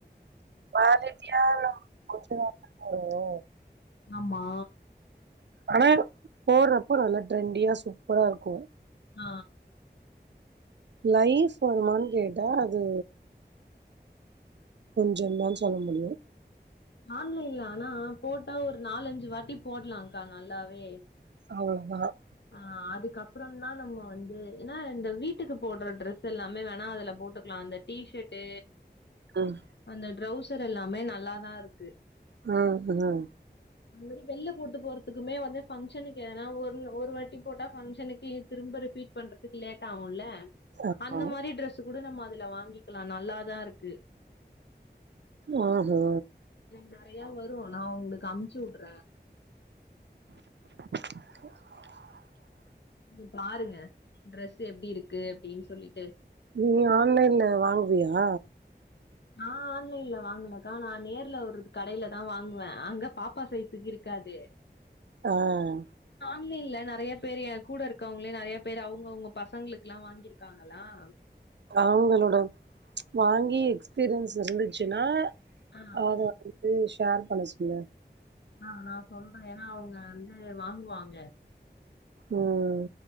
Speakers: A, on the right; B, on the left.
A: <unintelligible>
B: ஆமா
A: ஆனா போட்றப்போ நல்லா ட்ரெண்டியா சூப்பரா இருக்கும்
B: ஆ
A: லைஃப் வருமான் கேட்டா அது கொஞ்சம் தான் சொல்ல முடியும்
B: ஆன்லைன்ல ஆனா போட்டா ஒரு நாலஞ்சு வாட்டி போடலாம்கா நல்லாவே
A: அவ்வளோதான்
B: ஆஹ் அதுக்கப்புறம் தான் நம்ம வந்து ஏன்னா இந்த வீட்டுக்கு போடுற ட்ரெஸ் எல்லாமே வேணா அதுல போட்டு க்கலாம் அந்த டீஷர்ட்ட்
A: ம்
B: அந்த ட்ரௌசர் எல்லாமே நல்லாதான் இருக்கு
A: உஹம் உஹம்
B: அந்த மாதிரி வெள்ளில போட்டு போறதுக்குமே வந்து ஃபங்க்ஷனுக்கு ஒருவட்டி போட்டா பனுக்கு திரும் ரிபீட் பண்றதுக்கு லேட் ஆக
A: ஆமா
B: அந்த மாதிரி டிரஸ் குட நம்ம அதுல வாங்கிக்கலாம் நல்லாதான் இருக்கு
A: ஓஹோ
B: நறைய வரும் நான் உங்களுக்கு அமுச்சு விடுறேன்
A: <inaudible>
B: நீங்க பாருங்க ட்ரெஸ் எப்படி இருக்கு அப்படின்னு சொல்லிட்டு
A: நீ ஆன்லைன்ல வாங்குவியா
B: ஆஹ ஆன்லைன்ல வாங்கலக்கா நான் நேர்ல வருறது கடையில தான் வாங்குவேன் அங்க பாப்பா சைஸுக்கு இருக்காது
A: ஆஹ்
B: இல்ல இல்ல நிறைய பேர் கூட இருக்கவங்களே நிறையா பேரு அவங்கவுங்க பசங்களுக்கு எல்லாம் வாங்கிருக்காங்களாம்
A: அவங்களோட வாங்கி எக்ஸ்பீரியன்ஸ் இருந்துச்சுன்னா
B: ஆ
A: அத வந்து ஷேர் பண்ண சொல்லு
B: ஆஹ் நான் சொல்றேன் ஏன்னா அவங்க வந்து வாங்குவாங்க
A: ம்